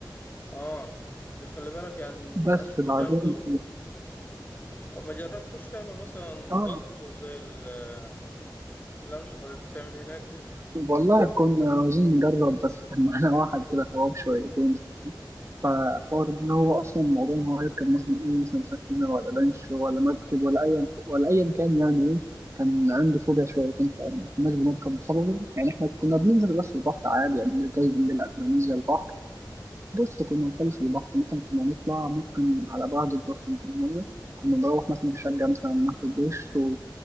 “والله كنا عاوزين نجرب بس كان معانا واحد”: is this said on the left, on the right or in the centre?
Right